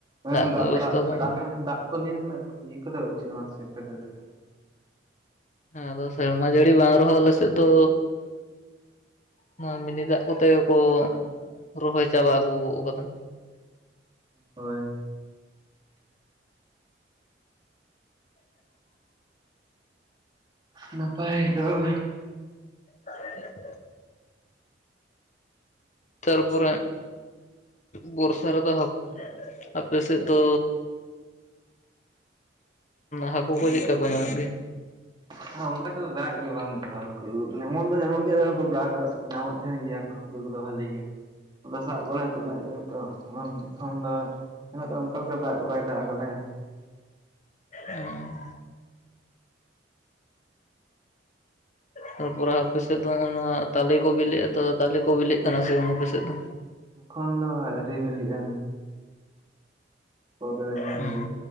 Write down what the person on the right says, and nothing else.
ᱦᱮᱸ
ᱫᱟᱜ ᱫᱟᱜ
ᱫᱟᱜ ᱠᱚ ᱫᱟᱜ ᱠᱚ ᱱᱤᱭᱟᱹ ᱠᱚᱫᱚ ᱪᱮᱫ ᱦᱚᱸ ᱵᱟᱝ ᱮᱴᱠᱮᱴᱚᱬᱮᱼᱼ
ᱦᱚᱭ ᱱᱟᱯᱟᱭ ᱫᱚᱞᱼᱼ
ᱦᱮᱸ ᱚᱱᱠᱟ ᱛᱮᱫᱚ ᱫᱟᱜ ᱜᱮ ᱵᱟᱝ ᱛᱚ <inaudible> ᱦᱟᱹᱠᱩ ᱧᱟᱢᱚᱜ ᱫᱚ ᱧᱟᱢᱚᱜ ᱜᱮᱭᱟ, ᱠᱷᱩᱵ ᱫᱟᱜᱽᱼᱟ <inaudible> ᱧᱟᱢᱚᱜ ᱛᱟᱸᱦᱮᱱ ᱜᱮᱭᱟ ᱠᱚ ᱦᱟᱹᱠᱩ ᱠᱚᱫᱚ ᱵᱷᱟᱹᱞᱤ ᱜᱮ, ᱟᱫᱚ ᱥᱟᱵᱽ ᱵᱟᱲᱟ ᱪᱟᱞᱟᱜ ᱜᱮᱭᱟ ᱛᱚ ᱦᱚᱲ ᱮᱠᱷᱚᱱ ᱫᱚ <unintelligible> ᱫᱚ ᱚᱱᱠᱟ ᱞᱮᱠᱟ ᱫᱟᱜ ᱜᱮ ᱵᱟᱭ ᱫᱟᱜ ᱟᱠᱟᱫᱟᱭ᱾
ᱮᱠᱷᱚᱱ ᱫᱚ ᱟᱹᱣᱨᱤ ᱵᱤᱞᱤᱜᱼᱟ᱾ ᱯᱚᱨᱮ ᱧᱚᱜ